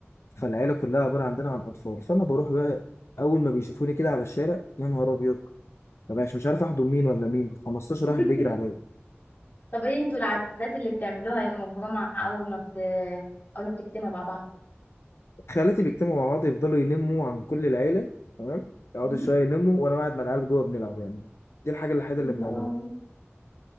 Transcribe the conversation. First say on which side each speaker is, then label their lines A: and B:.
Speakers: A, on the left (about 70°); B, on the left (about 45°).
A: فالعيله كلها عباره عندنا عن اطفال فانا بروح بقى اول ما بيشوفوني كده على الشارع يا نهار ابيض ما بقاش مش عارف احضن مين ولا مين 15
B: <laughs>
A: واحد بيجري عليا
B: طب ايه انتوا العادات اللي بتعملوها يوم الجمعة اول ما بت... اول ما بتجتمعوا مع بعض
A: خالاتي بيجتمعوا مع بعض يفضلوا ينموا عن كل العيلة تمام يقعدوا
B: مم.
A: شوية ينموا وأنا قاعد مع العيال جوه بنلعب يعني دي الحاجة الوحيدة اللي بنعملها
B: والله